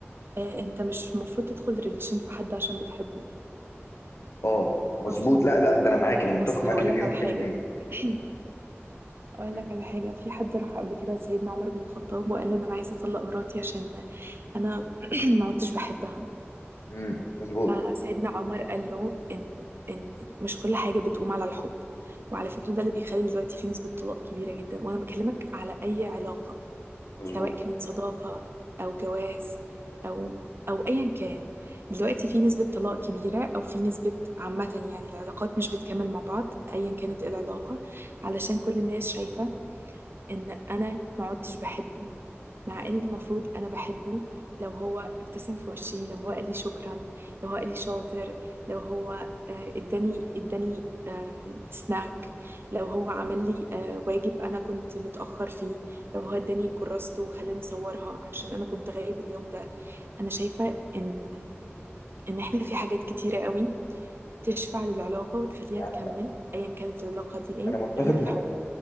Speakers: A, on the right; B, on the left.
A: آه انت مش المفروض تدخل ريليشن في حد عشان بتحبه
B: اه مظبوط
A: اصلا
B: لا لا ده انا معاك انا متفق
A: بص
B: معاك
A: هقولك
B: مليون
A: على حاجة
B: في المية
A: <clears throat> اقول
B: مم،
A: لك على حاجه في حد راح قبل كده لسيدنا عمر بن الخطاب وقال له إن انا عايزه اطلق مراتي عشان انا <clears throat> ما عدتش بحبها
B: مم، مظبوط
A: فسيدنا عمر قال له ان ان مش كل حاجه بتقوم على الحب وعلى فكره ده اللي بيخلي دلوقتي في نسبه طلاق كبيره جدا وانا بكلمك على اي علاقه
B: مظبوط
A: سواء كانت صداقه او جواز او او ايا كان دلوقتي في نسبه طلاق كبيره او في نسبه عامه يعني العلاقات مش بتكمل مع بعض ايا كانت إيه العلاقه علشان كل الناس شايفه ان انا ما عدتش بحبه مع ان المفروض انا بحبه لو هو ابتسم في وشي لو هو قال لي شكرا لو هو قال لي شاطر لو هو آه، اداني اداني آم، سناك لو هو عمل لي آه، واجب انا كنت متاخر فيه لو هو اداني كراسته وخلاني اصورها عشان انا كنت غايب اليوم ده انا شايفه ان ان احنا في حاجات كتيره قوي تشفع للعلاقه وتخليها
B: على-
A: تكمل ايا كانت العلاقه دي ايه
B: انا متفق
A: غير الحب
B: معاك